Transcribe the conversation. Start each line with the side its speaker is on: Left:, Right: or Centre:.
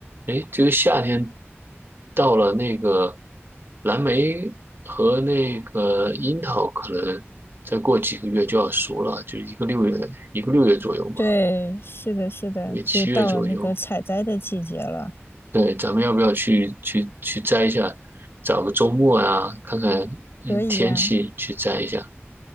Right: 哎，这个夏天到了，那个蓝莓和那个樱桃可能再过几个月就要熟了，就是一个六月，一个六月左右嘛，
Left: 对，是的，是的，
Right: 因为七月左右。
Left: 就到了那个采摘的季节了，
Right: 对，咱们要不要去去去摘一下？找个周末啊，看看
Left: 可以呀，
Right: 嗯天气去摘一下。